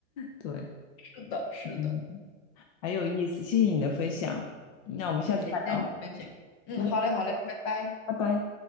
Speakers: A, on the left; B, on the left.
A: 对，
B: <laughs> 是的，是的，
A: 嗯，很有意思，谢谢你的分享。那我们下次再聊。
B: 嗯，也谢谢你的分享。嗯，
A: 嗯，
B: 好嘞，好嘞，拜拜。
A: 拜拜。